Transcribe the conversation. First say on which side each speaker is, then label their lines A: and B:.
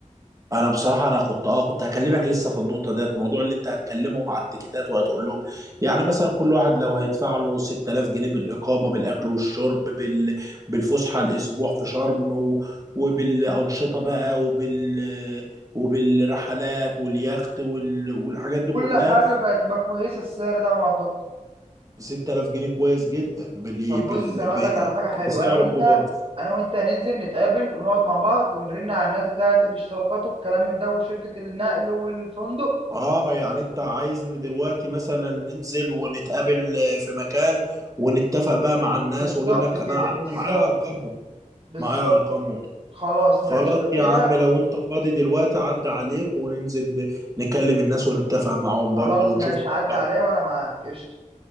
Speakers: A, on the right; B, on the right.
A: انا بصراحه انا كنت اه كنت هكلمك لسه في النقطه ديت موضوع اللي انت هتكلمهم على التيكيتات وهتقول لهم يعني مثلا كل واحد لو هيدفع له 6000 جنيه بالاقامه بالاكل والشرب بال... بالفسحه الاسبوع في شرم و... وبالانشطه بقى وبال وبالرحلات واليخت وال... والحاجات دي كلها
B: كل حاجه بقت تبقى كويسه السعر ده على ما اعتقد
A: 6000 جنيه كويس جدا بال...
B: طب
A: بال...
B: بص انا
A: ب...
B: اقول لك على حاجه حلوه
A: بسعر
B: انا وانت
A: الجمعة
B: انا وانت هننزل نتقابل ونقعد مع بعض ونرن على الناس بتاعه الاشتراكات والكلام من ده وشركه النقل والفندق
A: اه يعني انت عايزني دلوقتي مثلا ننزل ونتقابل آه، في مكان ونتفق بقى مع الناس
B: بالظبط
A: واجيب لك
B: كده
A: انا ع- أنا
B: بالظبط
A: معايا ارقامهم
B: بالظبط
A: معايا ارقامهم
B: خلاص
A: خلاص
B: ماشي لو
A: يا
B: كده
A: عم لو انت فاضي دلوقتي عدى عليك وننزل ن- نكلم الناس ونتفق معاهم برضو
B: خلاص
A: ونشوف
B: ماشي عدى
A: أسعارهم.
B: عليا وانا معاك قشطه